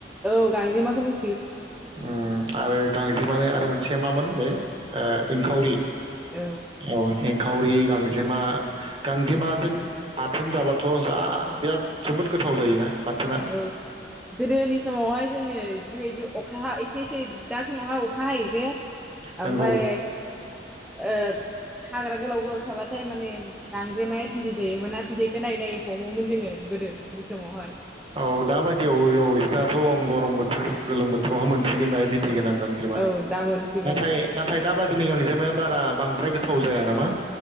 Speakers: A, in the centre; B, on the right.
A: औ गांजेमाखौ मि
B: उम आरो गांजेमानि आरो मो सेमामोन बे ओ एंखावरि
A: औ
B: औ एंखावरि गांजेमा गांजेमाजों बाथोन जाबाथ' जा बिराद जोबोद गोथाव जायोना। बाथोना
A: औ गोदोनि समावहाय जोङो बेबायदि अखा एसे एसे। दा समावहाय अखा हायोजे
B: नंगौ
A: ओमफ्राय ओ हाग्रा गोलाव गोलाव थाबाथाय माने गांजेमाया बिदै दैयोमोन ना बिदैखौ नायै नायै हमोमोन जोङो गोदो। बे समावहाय।
B: औ दाबायदियाव औ गरम बोथोर गोलोम बोथोरावहा मोनसिगोन दा बिदि बिदै गोनां गांजेमा
A: औ दा मोनसिगोन
B: नाथाय नाथाय दा बादिनि गांजेमा बारा बांद्राय गोथाव जाया नामा